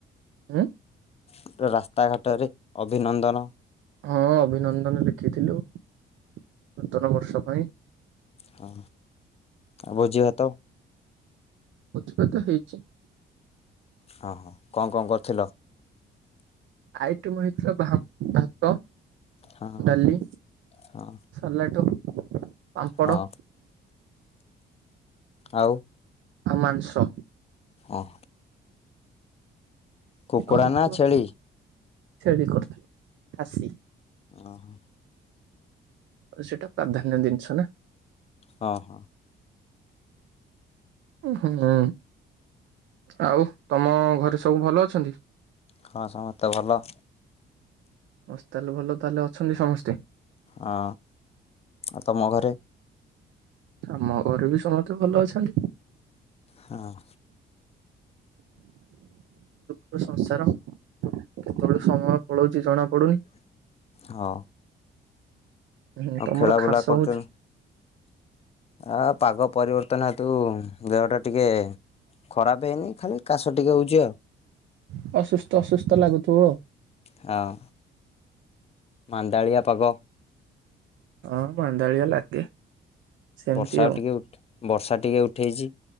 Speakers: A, on the right; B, on the left.
A: ଉଁ।
B: ପୁରା ରାସ୍ତା ଘାଟରେ ଅଭିନନ୍ଦନ
A: ହଁ ଅଭିନନ୍ଦନ ଲେଖିଥିଲୁ ନୂତନ ବର୍ଷ ପାଇଁ।
B: ହଁ ଆଉ ଭୋଜି ଭାତ?
A: ଭୋଜି ଭାତ ହେଇଚି।
B: ହଁ ହଁ କଅଁ କଅଁ କରିଥିଲ?
A: ଆଇଟମ୍ ହେଇଥିଲା ଭାଭାତ
B: ହଁ
A: ଡାଲି
B: ହଁ
A: ସାଲଟ ପାମ୍ପଡ଼
B: ହଁ ଆଉ।
A: ମାଂଆଉ ମାଛ, ମାଂସ
B: ଓହୋ। କୁକୁଡ଼ା
A: ସେ କରିଥିଲ
B: ନା ଛେଳି
A: ଛେଳି କରୁଥିଲୁ ଖାସି।
B: ହୁଁ'।
A: ସେଇଟା ପ୍ରାଧାନ୍ୟ ଜିନିଷ ନା?
B: ହଁ ହଁ।
A: ହୁଁ ଆଉ ତମ ଘରେ ସବୁ ଭଲ ଅଛନ୍ତି?
B: ହଁ ସମସ୍ତେ ଭଲ।
A: ଓସ୍ତାଲୁ ଭଲ ତାହେଲେ ଅଛନ୍ତି ସମସ୍ତେ?
B: ହଁ, ଆଉ ତୋମ ଘରେ?
A: ଆମ ଘରେ ବି ସମସ୍ତେ ଭଲ ଅଛନ୍ତି।
B: ହଁ।
A: ଅ, ସଂସାର କେତେବେଳେ ସମୟ ପଳଉଛି ଜଣା ପଡୁନି।
B: ହଁ
A: ହୁଁ,
B: ଆଉ
A: ତୋମର
B: ଖେଳା
A: ଖାସ
B: ବୁଲା କରୁଛନ୍ତି
A: ହଉଛି?
B: ଆ, ପାଗ ପରିବର୍ତ୍ତନ ହେତୁ ଦେହ ଟା ଟିକେ ଖରାପ ହେଇନି ଖାଲି କାଶ ଟିକେ ହଉଛି ଆଉ।
A: ଓ ଅସୁସ୍ଥ ଅସୁସ୍ଥ ଲାଗୁଥିବ।
B: ହଁ। ମାନ୍ଦାଳିଆ ପାଗ।
A: ହଁ ମାନ୍ଦାଳିଆ ଲାଗେ। ସେମିତି
B: ବର୍ଷା
A: ଆଉ।
B: ଟିକେ ଉଠ ବର୍ଷା ଟିକେ ଉଠେଇଛି।